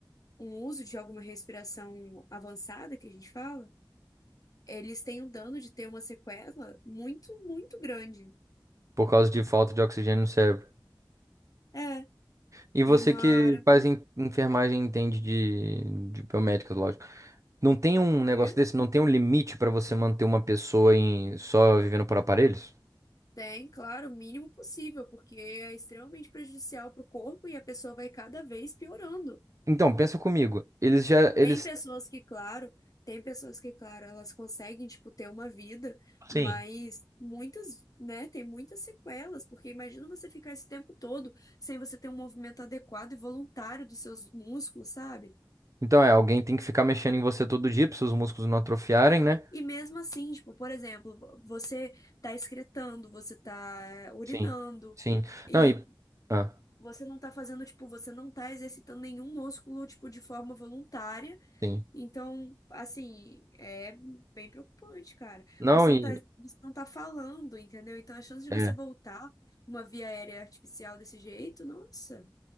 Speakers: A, on the left; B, on the right.
A: um uso de alguma respiração avançada que a gente fala, eles têm um dano de ter uma sequela muito, muito grande.
B: Por causa de falta de oxigênio no cérebro.
A: É,
B: E
A: e
B: você
A: uma
B: que
A: área
B: faz en- enfermagem entende de, de biomédicas, lógico. Não tem um
A: que
B: negócio desse? Não tem um limite pra você manter uma pessoa em só vivendo por aparelhos?
A: tem, claro, o mínimo possível, porque é extremamente prejudicial para o corpo e a pessoa vai cada vez piorando.
B: Então, pensa comigo. Eles já, eles
A: Tem pessoas que, claro, tem pessoas que, claro, elas conseguem, tipo, ter uma vida,
B: Sim,
A: mas muitas, né, tem muitas sequelas, porque imagina você ficar esse tempo todo sem você ter um movimento adequado e voluntário dos seus músculos, sabe?
B: Então é, alguém tem que ficar mexendo em você todo dia pra seus músculos não atrofiarem, né?
A: E mesmo assim, tipo, por exemplo, você tá excretando, você tá urinando,
B: Sim. Sim.
A: e
B: Não, e. Ah,
A: você não tá fazendo, tipo, você não tá exercitando nenhum músculo, tipo, de forma voluntária.
B: sim.
A: Então, assim, é bem preocupante, cara.
B: Não,
A: Você
B: e.
A: não tá, você não tá falando, entendeu? Então, a chance de
B: é,
A: você voltar com uma via aérea artificial desse jeito, nossa.